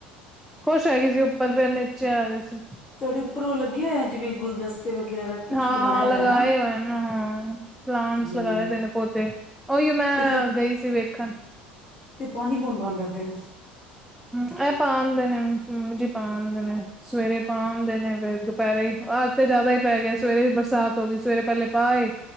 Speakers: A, in the centre; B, on the left (about 40°).
A: ਖੁਸ਼ ਹੈਗੀ ਸੀ ਉੱਪਰ ਫੇਰ ਨੀਚੇ ਆ ਗਏ ਸੀ
B: ਤੁਹਾਡੇ ਉੱਪਰ ਉਹ ਲੱਗਿਆ ਹੋਆ ਜਿਵੇਂ ਗੁਲਦਸਤੇ ਵਗੈਰਾ ਕੁਛ
A: ਹਾਂ-
B: ਬਣਾਇਆ
A: ਹਾਂ
B: ਦਾ
A: ਲਗਾਏ
B: ਹੈ ਨਾ
A: ਹੋਏ ਨੇ ਹਾਂ ਪਲਾਂਟਸ
B: ਹਮ
A: ਲਗਾਏ ਦੇ ਨੇ ਪੋਦੇ ਉਹੀ ਮੈਂ
B: ਤੇ ਫਿਰ
A: ਗਈ ਸੀ ਵੇਖਣ
B: ਤੇ ਪਾਣੀ ਕੌਣ ਪਾਉਂਦਾ ਫੇਰ
A: ਹਮ ਇਹ ਪਾ ਆਂਦੇ ਨੇ ਮੰਮੀ ਜੀ ਪਾ ਆਂਦੇ ਨੇ ਸਵੇਰੇ ਪਾ ਆਂਦੇ ਨੇ ਫਿਰ ਦੁਪਹਿਰੇ ਅੱਜ ਤੇ ਜ਼ਿਆਦਾ ਹੀ ਪੈ ਗਿਆ ਸਵੇਰੇ ਵੀ ਬਰਸਾਤ ਹੋ ਗਈ ਸਵੇਰੇ ਪਹਿਲੇ ਪਾ ਆਏ।